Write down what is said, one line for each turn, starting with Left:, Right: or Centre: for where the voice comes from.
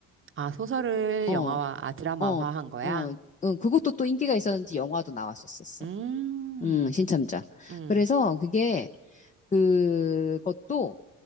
Right: 아, 소설을
Left: 어,
Right: 영화화, 아, 드라마화한
Left: 어,
Right: 거야?
Left: 어, 응, 그것도 또 인기가 있었는지 영화도 나왔었었어.
Right: 음.
Left: 음, 신참자.
Right: 음,
Left: 그래서 그게, 그것도,